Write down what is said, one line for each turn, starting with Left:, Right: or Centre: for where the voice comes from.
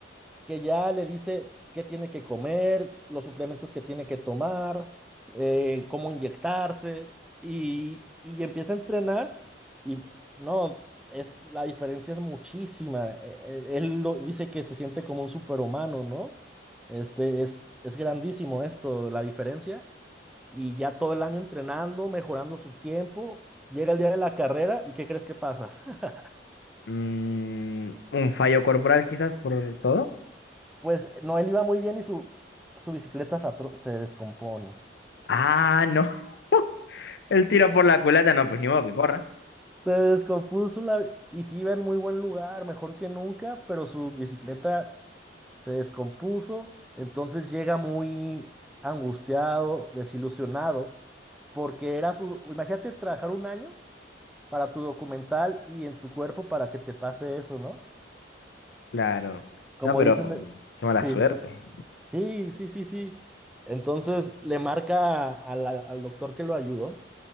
Centre: que ya le dice qué tiene que comer, los suplementos que tiene que tomar, eh, cómo inyectarse, y, y empieza a entrenar y no, es, la diferencia es muchísima. Eh, eh, Él lo, dice que se siente como un superhumano, ¿no? Este, es, es grandísimo esto, la diferencia, y ya todo el año entrenando, mejorando su tiempo, llega el día de la carrera, ¿y qué crees que pasa? <laughs>
Left: Mm, un fallo corporal quizás por todo.
Centre: Pues no, él iba muy bien y su, su bicicleta se atro- se descompone.
Left: Ah, no. <laughs> El tiro por la culata, no, pues ni modo que corra.
Centre: Se descompuso la... Y sí iba en muy buen lugar, mejor que nunca, pero su bicicleta se descompuso, entonces llega muy angustiado, desilusionado, porque era su... Imagínate trabajar un año para tu documental y en tu cuerpo para que te pase eso, ¿no?
Left: Claro.
Centre: Como
Left: No, pero
Centre: dices, le-
Left: qué mala
Centre: sí,
Left: suerte.
Centre: sí, sí, sí, sí. Entonces le marca a la- al doctor que lo ayudó,